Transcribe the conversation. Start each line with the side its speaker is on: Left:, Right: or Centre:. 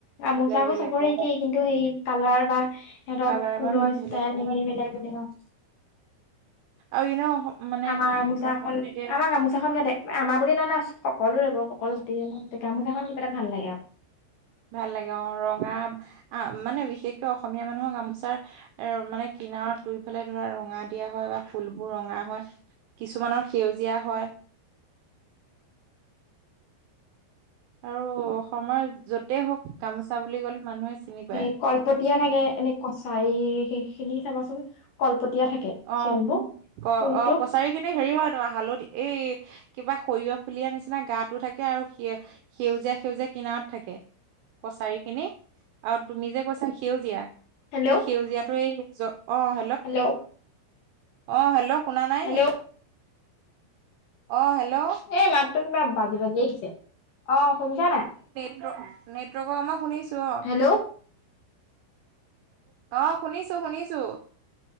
Left: গামোচাবোৰ
Right: বেলেগ বেলেগ
Left: চবৰে
Right: অ
Left: একেই কিন্তু সেই কালাৰ বা সিহঁতৰ
Right: কালাৰ
Left: ফুলৰ
Right: বা সেই
Left: ষ্টাইল
Right: বেলেগ অ।
Left: সেইখিনি মিলাই বুলি কওঁ
Right: আৰু মানে
Left: আমাৰ গামোচাখন
Right: অসমত এতিয়া
Left: আমাৰ গামোচাখন কেতে আমাৰ বুলি এ আছো সকলো ৰব সকলো গামোচাখন কিবা এটা ভাল লাগে আকৌ।
Right: ভাল লাগে অ' ৰঙা আহ মানে বিশেষকৈ অসমীয়া মানুহক গামোচাৰ এ মানে কিনাৰত দুই ফালে ধৰা ৰঙা দিয়া হয় বা ফুলবোৰ ৰঙা হয়। কিছুমানৰ সেউজীয়া হয়। আৰু অসমৰ য'তে হওক গামোচা বুলি ক'লে, মানুহে চিনি পায়
Left: এই কলপতিয়া থাকে এনে কছাৰী সেইখিনি চাবাচোন, কলপতীয়া থাকে
Right: অ'
Left: খেলবোৰ
Right: ক
Left: ফুলটো
Right: অ' কছাৰী খিনি হেৰি হয় ত হালধি এই কিবা সৰিয়হ ফুলিয়াৰ নিচিনা গাতো থাকে আৰু সে সেউজীয়া-সেউজীয়া কিনাৰত থাকে। কছাৰী খিনি আৰু তুমি যে কৈছা সেউজীয়া,
Left: হেল্ল'
Right: সেউজীয়াটো এই অ',
Left: হেল্ল',
Right: অ' হেল্ল' শুনা নাই
Left: হেল্ল'
Right: নি? অ হেল্ল'
Left: এ মাততো কিবা বাজি-বাজি আহিছে অ' শুনিছানে নাই।
Right: নেটৱৰ্কৰ আমৰ শুনিছো অ',
Left: হেল্ল'
Right: অ' শুনিছো-শুনিছো।